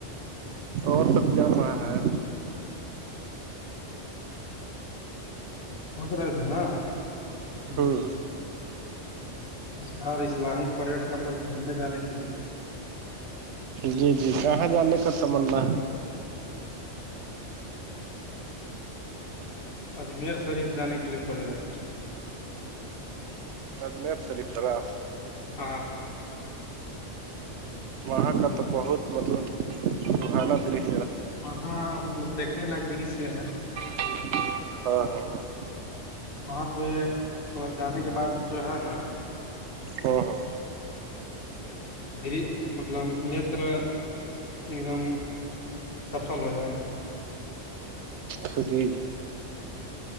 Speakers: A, on the right (about 70°); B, on the left (about 50°).
A: اور سب چل رہا ہے
B: سوچ رہے تھے نا کہ
A: ہ
B: اس بار اسلامی پریٹن پر گھومنے جانے کے لیے
A: جی جی کہاں جانے کا تمنا
B: اجمیر شریف جانے کے لیے کھوج رہے تھے
A: اجمیر شریف طرح
B: ہاںاںاں
A: وہاں کا تو بہت مطلب روحانہ دش
B: وہاں مطلب دیکھنے لائق مری سے ہے
A: ہاں ہاں ہاں
B: وہاں پہ م جانے کے بعد جو ہے نا
A: ہاں ہاں
B: دری مطلب نتر ایک دم سفل ہو جائے گا
A: خی جی